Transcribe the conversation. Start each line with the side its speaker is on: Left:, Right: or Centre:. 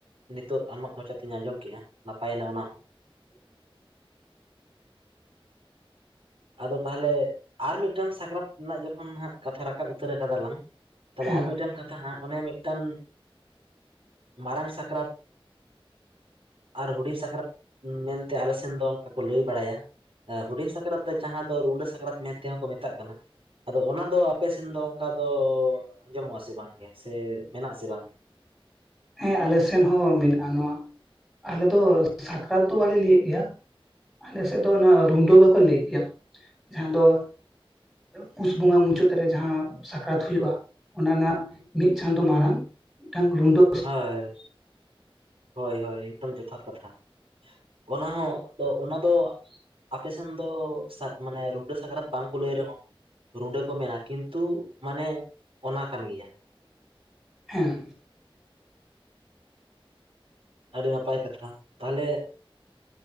Right: ᱱᱤᱛᱚᱜ ᱟᱢᱟᱜ ᱢᱚᱪᱟ ᱛᱮᱧ ᱟᱸᱡᱚᱢ ᱠᱮᱜᱼᱟ ᱱᱟᱯᱟᱭ ᱱᱟ ᱚᱱᱟ ᱦᱚᱸ
Centre: <inaudible>
Right: ᱟᱫᱚ ᱛᱟᱦᱞᱮ ᱟᱨ ᱢᱤᱫ ᱴᱟᱝ ᱥᱟᱠᱨᱟᱛ ᱨᱮᱱᱟᱜ ᱡᱚᱠᱷᱚᱱ ᱦᱟᱸᱜ ᱠᱟᱛᱷᱟ ᱨᱟᱠᱟᱵ ᱩᱛᱟᱹᱨ ᱟᱠᱟᱫᱟ ᱞᱟᱝ ᱛᱟᱦᱞᱮ
Centre: ᱦᱮᱸ
Right: ᱟᱨ ᱢᱤᱫ ᱴᱟᱱ ᱠᱟᱛᱷᱟ ᱦᱟᱸᱜ ᱚᱱᱮ ᱢᱤᱫ ᱴᱟᱝ ᱢᱟᱨᱟᱝ ᱥᱟᱠᱨᱟᱛ ᱟᱨ ᱦᱩᱰᱤᱧ ᱥᱟᱠᱨᱟᱛ ᱢᱮᱱ ᱛᱮ ᱟᱞᱮ ᱥᱮᱱ ᱫᱚ ᱚᱱᱠᱟ ᱠᱚ ᱞᱟᱹᱭ ᱵᱟᱲᱟ ᱭᱟ ᱮ ᱦᱩᱰᱤᱧ ᱥᱟᱠᱨᱟᱛ ᱫᱚ ᱡᱟᱦᱟᱸ ᱫᱚ ᱨᱩᱰᱟᱹ ᱥᱟᱠᱨᱟᱛ ᱢᱮᱱ ᱛᱮ ᱦᱚᱸ ᱠᱚ ᱢᱮᱛᱟᱜ ᱠᱟᱱᱟ ᱟᱫᱚ ᱚᱱᱟ ᱫᱚ ᱟᱯᱮ ᱥᱮᱱ ᱫᱚ ᱚᱱᱠᱟ ᱫᱚ ᱟᱸᱡᱚ ᱢᱚᱜᱼᱟ ᱥᱮ ᱵᱟᱝ ᱜᱮ ᱥᱮ ᱢᱮᱱᱟᱜᱼᱟ ᱥᱮ ᱵᱟᱝ ᱜᱮ
Centre: ᱦᱮᱸ ᱟᱞᱮ ᱥᱮᱱ ᱦᱚᱸ ᱢᱮᱱᱟᱜᱼᱟ ᱱᱚᱣᱟ ᱟᱞᱮ ᱫᱚ ᱥᱟᱠᱨᱟᱛ ᱫᱚ ᱵᱟᱞᱮ ᱞᱟᱹᱭ ᱜᱮ ᱭᱟ ᱟᱞᱮ ᱥᱮᱫ ᱫᱚ ᱚᱱᱟ ᱨᱩᱱᱰᱩᱹ ᱜᱮᱠᱚ ᱞᱟᱹᱭ ᱜᱮᱭᱟ ᱡᱟᱦᱟᱸ ᱫᱚ ᱯᱩᱥ ᱵᱚᱸᱜᱟ ᱢᱩᱪᱟᱹᱫ ᱨᱮ ᱡᱟᱦᱟᱸ ᱥᱟᱠ ᱨᱟᱛ ᱦᱩᱭᱩᱜᱼᱟ ᱚᱱᱟ ᱨᱮᱱᱟᱜ ᱢᱤᱫ ᱪᱟᱸᱫᱳ ᱢᱟᱨᱟᱝ ᱢᱤᱫ ᱴᱟᱝ ᱨᱩᱱᱰᱚᱹ
Right: ᱦᱳᱭ ᱦᱳᱭ ᱦᱳᱭ ᱮᱠᱫᱚᱢ ᱡᱚᱛᱷᱟᱛ ᱠᱟᱛᱷᱟ ᱚᱱᱟ ᱦᱚᱸ ᱟᱫᱚ ᱚᱱᱟ ᱫᱚ ᱟᱯᱮ ᱥᱮᱱ ᱫᱚ ᱢᱟᱱᱮ ᱨᱩᱰᱟᱹ ᱥᱟᱠᱨᱟᱛ ᱵᱟᱝ ᱠᱚ ᱞᱟᱹᱭ ᱨᱮ ᱦᱚᱸ ᱨᱩᱰᱟᱹ ᱠᱚ ᱢᱮᱱᱟ ᱠᱤᱱᱛᱩ ᱢᱟᱱᱮ ᱚᱱᱟ ᱠᱟᱱ ᱜᱮ ᱭᱟ
Centre: ᱦᱮᱸ
Right: ᱟᱹᱰᱤ ᱱᱟᱯᱟᱭ ᱠᱟᱛᱷᱟ ᱛᱟᱦᱚ ᱞᱮ